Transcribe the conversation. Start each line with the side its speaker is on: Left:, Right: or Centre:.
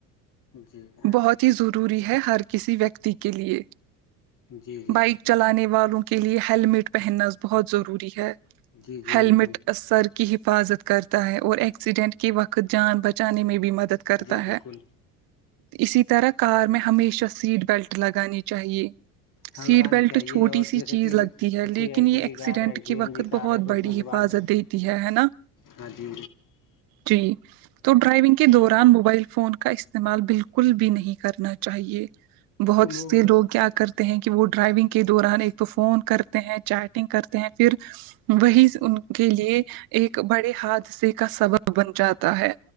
Left: جی ہاں
Right: بہت ضروری ہے ہر کسی ویکتی کے لیے
Left: جی جی
Right: بائک چلانے والوں کے لیے ہیلمٹ پہننا بہت ضروری ہے
Left: جی جی
Right: ہیلمٹ
Left: بالکل
Right: سر کی حفاظت کرتا ہے اور ایکسیڈنٹ کے وقت جان بچانے میں بھی مدد کرتا
Left: جی بالکل
Right: ہے اسی طرح کار میں ہمیشہ سیٹ بیلٹ لگانی چاہیے
Left: ہاں
Right: سیٹ
Left: لگانی
Right: بیلٹ
Left: چاہیے
Right: چھوٹی
Left: اور
Right: سی
Left: جیسے
Right: چیز
Left: کہ
Right: لگتی ہے لیکن
Left: کوئی ایل
Right: یہ
Left: پی جی
Right: ایکسیڈنٹ
Left: کار ہے سی
Right: کے
Left: این
Right: وقت
Left: جی کار
Right: بہت
Left: ہے تو
Right: بڑی
Left: اس میں سے
Right: حفاظت
Left: بال نکل
Right: دیتی تی ہے ہے نا
Left: ہاں جی
Right: جی تو ڈرائیونگ کے دوران موبائل فون کا استعمال بالکل بھی نہیں کرنا چاہیے بہت
Left: تو
Right: سے
Left: اگر
Right: لوگ کیا کر ہیں کہ وہ ڈرائیونگ کے دوران ایک تو فون کرتے ہیں چیٹنگ کرتے ہیں پھر وہی ان کے لیے ایک بڑے حادثے کا سبب بن جاتا ہے